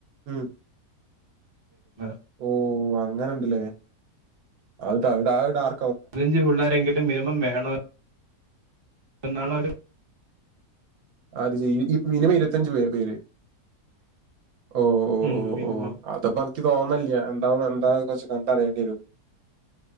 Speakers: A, on the right; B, on the right.
A: ഉം
B: <inaudible>
A: ഓ അങ്ങനെ ഇണ്ട്ലെ അയ്താ അയ്ഡാ അയ്ഡാർ
B: പതിനഞ്ച് പിള്ളേരെങ്കിലും മിനിമം വേണം എന്നാണ് അവര്
A: അത് ചെയ്യ് മിനിമം ഇരുപത്തഞ്ച് പേര് ഓ ഓ
B: ഉം
A: ഓ
B: മിനിമം
A: ഓ ആ അപ്പോ എനിക്ക് തോന്ന്ന്നില്ല എന്താന്ന് എന്താ കുറച്ച് കണ്ടറിയണ്ടി വരും